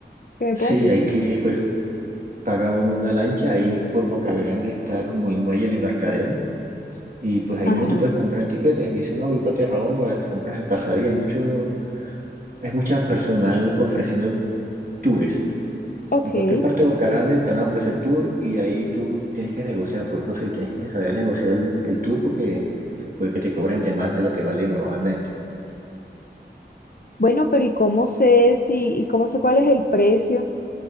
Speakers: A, on the left; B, on the right.
A: ¿Qué me
B: Sí,
A: puedes decir?
B: hay que, pues, paga uno una lancha. Ahí por Boca Grande está como el muelle, el embarcadero. Y pues ahí
A: Ajá,
B: mismo tú puedes comprar el tiquete. Y dice, no, voy para Tierra Bomba, te compras el pasadía. Hay mucho, hay mucha personal ofreciendo tours
A: ok.
B: En cualquier parte de Bucaranda te van a ofrecer tour y ahí tú tienes que negociar, por eso sí tienes que saber negociar el, el tour porque puede que te cobren de más de lo que vale normalmente.
A: Bueno, pero ¿y cómo sé si, y cómo sé cuál es el precio